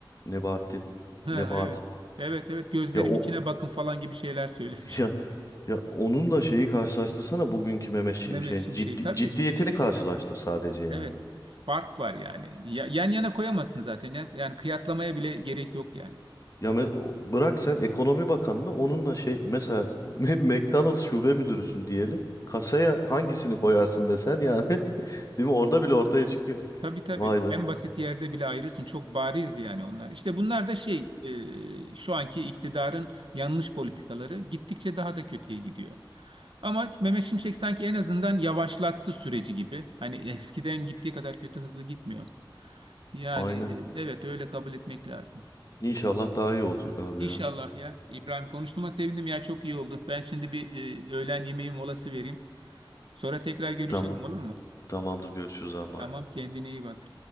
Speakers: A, on the left (about 40°); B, on the right (about 80°).
A: Nebahattin.
B: Ha,
A: Nebahat.
B: evet. Evet evet gözlerim
A: Ya o
B: içine bakın falan gibi şeyler söylemişti.
A: <laughs> ya, ya onunla şeyi karşılaştırsana bugünkü Mehmet
B: <laughs>
A: Şimşek'in
B: Mehmet Şimşek
A: ciddi,
B: tabii.
A: ciddiyetini karşılaştır sadece yani.
B: Evet fark var yani. Ya- yan yana koyamazsın zaten. Yani, yani kıyaslamaya bile gerek yok yani.
A: Ya me- o- bırak sen ekonomi bakanını onunla şey mesela <laughs> Me- McDonald's şube müdürüsün diyelim. Kasaya hangisini koyarsın desen yani <laughs> değil mi? Orada bile ortaya çıkıyor.
B: Tabii tabii.
A: Vay be.
B: En basit yerde bile ayrılsın. Çok barizdi yani onlar. İşte bunlar da şey e, şu anki iktidarın yanlış politikaları gittikçe daha da kötüye gidiyor. Ama Mehmet Şimşek sanki en azından yavaşlattı süreci gibi. Hani eskiden gittiği kadar kötü hızlı gitmiyor. Yani
A: Aynen.
B: e, evet öyle kabul etmek lazım.
A: İnşallah daha iyi olacak
B: Hı.
A: abi
B: İnşallah
A: ya.
B: ya. İbrahim konuştuğuma sevindim ya çok iyi oldu. Ben şimdi bir e, öğlen yemeği molası vereyim. Sonra tekrar görüşelim
A: Tamam.
B: olur mu?
A: Tamamdır görüşürüz abi bay
B: Tamam
A: bay.
B: kendine iyi bak.